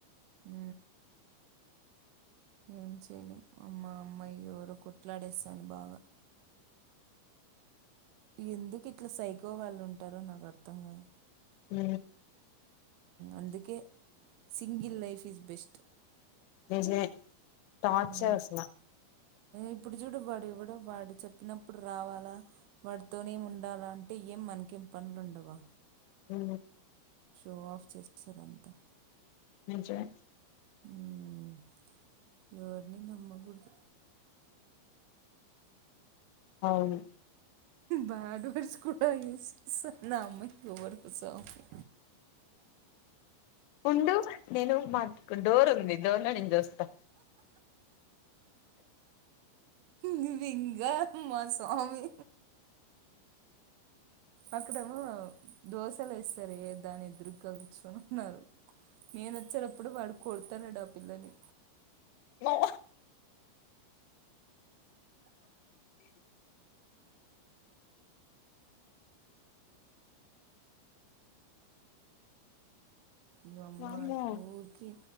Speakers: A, on the right; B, on the left.
A: ఉ ఏం చేయలేం అమ్మ అమ్మాయి ఎవరో కొట్లాడేస్తంది బాగా ఎందుకు ఇట్లా సైకో గాళ్ళు ఉంటారో నాకు అర్థం కాదు
B: ఉ
A: అందుకే సింగిల్ లైఫ్ ఈస్ బెస్ట్
B: నిజమే టార్చర్
A: ఉమ్,
B: అసలా
A: ఇప్పుడు చూడు వాడు ఎవడో వాడు చెప్పినప్పుడు రావాలా వాడితోనే ఉండాల అంటే ఏం మనకేం పనులుండవా
B: ఉ
A: షో ఆఫ్ చేశారంతా
B: నిజమే
A: ఉమ్ ఎవరిని నమ్మకూడదు
B: అవును
A: బ్యాడ్ వర్డ్స్ కూడా యూస్ చేస్తాంది ఆ అమ్మాయి ఎవరు స్వామి
B: ఉండు నేను మాక్ డోర్ ఉంది డోర్ లో నిన్ చూస్తా
A: నివింగా మా స్వామి అక్కడేమో దోశలు ఎస్తారే దాన్ని ఎదురుగా కూర్చుని ఉన్నారు నేను వచ్చేటప్పుడు వాడు కోడతున్నాడు ఆ పిల్లని
B: హలో
A: ఇయమ్మ
B: వామ్మో
A: ఊరికే